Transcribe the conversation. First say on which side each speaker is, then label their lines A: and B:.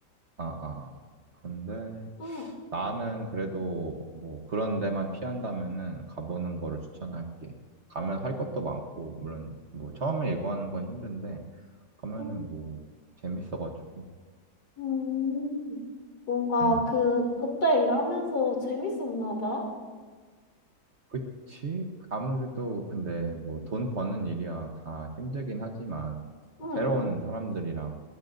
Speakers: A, on the right; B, on the left.
A: 아, 아. 근데
B: 응,
A: 나는 그래도 뭐 그런 데만 피한다면은 가보는 거를 추천할게. 가면 할 것도 많고, 물론 뭐 처음에 일과하는 건 힘든데, 가면은
B: 응.
A: 뭐 재밌어가지고.
B: 음, 뭔가
A: 응.
B: 그 그때 일하면서 재밌었나 봐.
A: 그치? 아무래도 근데 뭐 돈 버는 일이야 다 힘들긴 하지만,
B: 응,
A: 새로운 사람들이랑